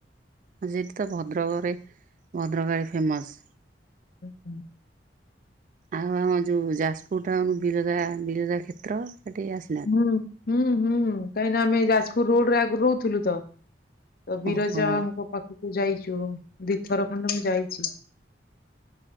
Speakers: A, on the right (about 45°); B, on the left (about 55°).
A: ଆ ସେଠି ତ ଭଦ୍ରକରେ ଭଦ୍ରକାଳୀ ଫେମସ୍।
B: ଆଛା
A: ଆଉ ଆମ ଯୋଉ ଯାଜପୁର ଟାଉନ ବିରଜା ବିରଜା କ୍ଷେତ୍ର ସେଠି ଆ
B: ହୁଁ ହୁଁ ହୁଁ କାହିଁକି ନା ଆମେ ଯାଜପୁର ରୋଡରେ ଆଗରୁ ରହୁଥିଲୁ ତ ତ ବିରଜାଙ୍କ
A: ଓହୋ
B: ପାଖକୁ ଯାଇଛୁ ଦୁଇଥର ଖଣ୍ଡେ ମୁଁ ଯାଇଛି।